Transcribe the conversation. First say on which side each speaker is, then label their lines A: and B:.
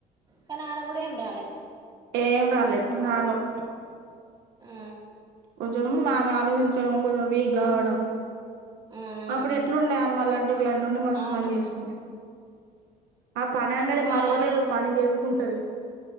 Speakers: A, on the right (about 25°); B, on the right (about 85°).
A: కానీ ఆడ కూడా ఏం రాలే
B: ఏం ర <unintelligible> నార్మల్
A: ఆ
B: కొంచెం ఆమె ఆలోచించడం కొంచెం వీక్ కావడం
A: ఆ
B: అప్పుడు
A: ఆ
B: ఎట్లుండేయ అమ్మ లడ్డుకు లడ్డు ఉండి మస్తు
A: అవును
B: పని చేసుకునే, ఆ పని
A: మొత్తమే
B: అనేది మరవలేదు పని చేసుకుంటది